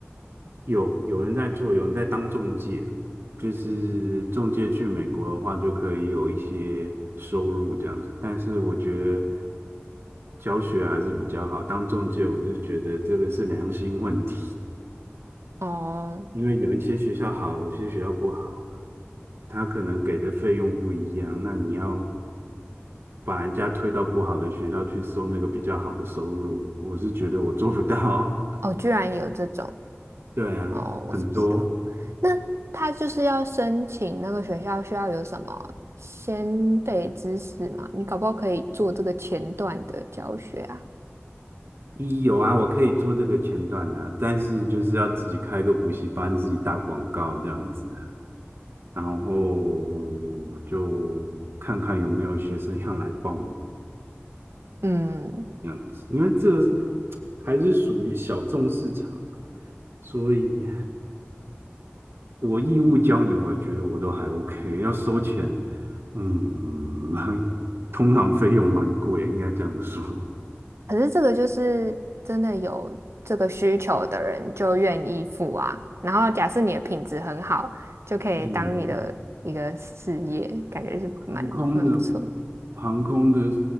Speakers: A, on the right; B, on the right.
A: 有有人在做，有人在当中介，就是中介去美国的话，就可以有一些收入这样子。但是我觉得教学还是比较好，当中介我是觉得这个是良心问题，
B: 哦
A: 因为有一些学校好，有些学校不好，他可能给的费用不一样，那你要把人家推到不好的学校去收那个比较好的收入，我是觉得我做不到。
B: 哦，居然有这种
A: <laughs> 对啊，
B: 哦，
A: 很多。
B: 我是不知道。那他就是要申请那个学校需要有什么先备知识吗？你搞不好可以做这个前段的教学啊。
A: 一有啊，我可以做这个前段啊，但是就是要自己开个补习班，自己打广告这样子啊，然后就看看有没有学生要来报名
B: 嗯，
A: 这样子，因为这个还是属于小众市场，所以我义务教你，我觉得我都还 OK，要收钱，嗯，<laughs> 通常费用蛮贵，应该这样说，
B: 可是这个就是真的有这个需求的人就愿意付啊。然后假设你的品质很好，就可以当你的一个事业，
A: 嗯，
B: 感觉是蛮蛮不错。
A: 航空的航空的